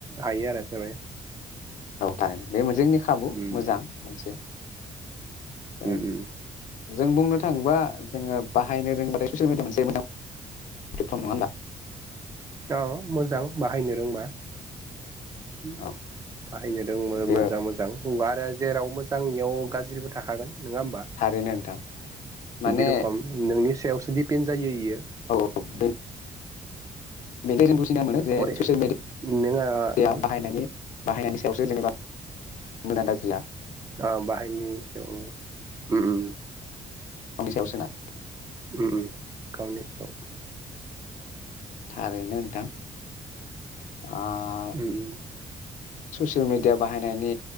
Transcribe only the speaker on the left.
औ थारैनो बे जोंनि खाबु
मोजां मोनसे औ
जों बुंनो थाङोबा जोङो बाहायनो रोंबाथाय ससियेल मिडिया मोनसे मोजां दिफ्रम नङा होनबा?
औ
बेयो
थारैनो नोंथां माने
आपदेट बेनि जों बुजिना मोनो जे
ससियेल मिडियाया
बाहायनायनि बाहायनायनि सायावसो जेनेबा मोजां गाज्रि या।
गावनि सायावसो ना?
थारैनो नोंथां ओ
ससियेल मिडिया बाहायनायनि